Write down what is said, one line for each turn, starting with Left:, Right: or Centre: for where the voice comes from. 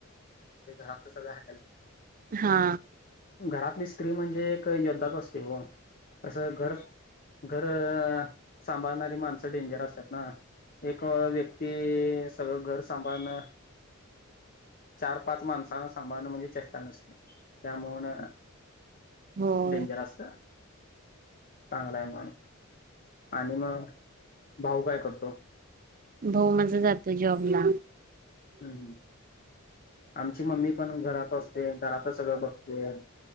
Left: ते घरातलं सगळं हटाल.
Right: हा.
Left: घरातली स्त्री म्हणजे एक यद्धाात असते हो तसं घर. घर सांभाळणारी माणसं डेंजर असतात ना. एक व्यक्ती सगळं घर सांभाळण. चार पाच माणसाना सांभाळणं म्हणजे चेष्टा नसते त्यामुन.
Right: होय
Left: डेंजरस चांगलाय म. आणि मग भाऊ काय करतो?
Right: भाऊ मजा जातो जॉब ला.
Left: हम्म हम्म. आमची मम्मी पण घरात असते घरातच सगळं बघते.